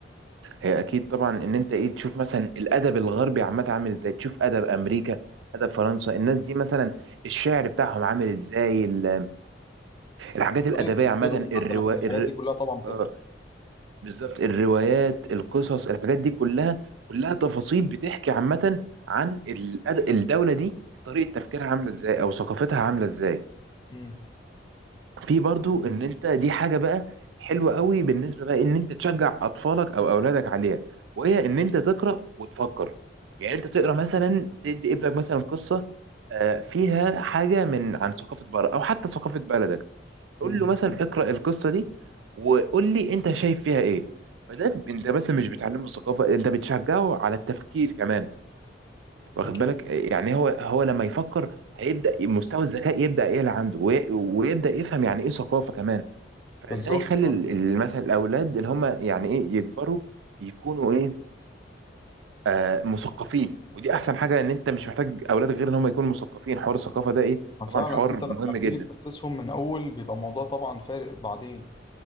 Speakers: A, on the right (about 80°); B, on the left (about 25°).
A: هي اكيد طبعا ان انت ايه تشوف مثلا الادب الغربي عامه عامل ازاي تشوف ادب امريكا ادب فرنسا الناس دي مثلا الشعر بتاعهم عامل ازاي ال- الحاجات الادبيه
B: طريقة
A: عامه
B: تفكيرهم
A: الروا
B: مثلا الحاجات
A: الر...
B: دي كلها طبعا بتفرق
A: آه بالظبط الروايات القصص الحاجات دي كلها كلها تفاصيل بتحكي عامه عن الأد... الدوله دي طريقه تفكيرها عامله ازاي او ثقافتها عامله ازاي
B: امم
A: في برضو ان انت دي حاجه بقى حلوه قوي بالنسبه بقى ان انت تشجع اطفالك او اولادك عليها وهي ان انت تقرا وتفكر يعني انت تقرا مثلا تدي ابنك مثلا قصه آه، فيها حاجه من عن ثقافه بره او حتى ثقافه بلدك قول
B: امم
A: له مثلا اقرا القصه دي وقول لي انت شايف فيها ايه فده ب- انت مثلا مش بتعلمه الثقافه انت بتشجعه على التفكير كمان واخد
B: اكيد
A: بالك آه، يعني هو هو لما يفكر هيبدا مستوى الذكاء يبدا يعلى عنده وي- ويبدا يفهم يعني ايه ثقافه كمان فده
B: بالظبط
A: يخلي
B: فعلا
A: ال- ال- مثلا الاولاد ان هم يعني ايه يكبروا يكونوا ايه آه مثقفين ودي احسن حاجه ان انت مش محتاج اولاد غير ان هم يكونوا مثقفين حوار الثقافه ده ايه طبعا
B: فعلا
A: حوار
B: انت لما
A: مهم جدا
B: بتيجي تأسسهم من اول بيبقى الموضوع طبعا فارق بعدين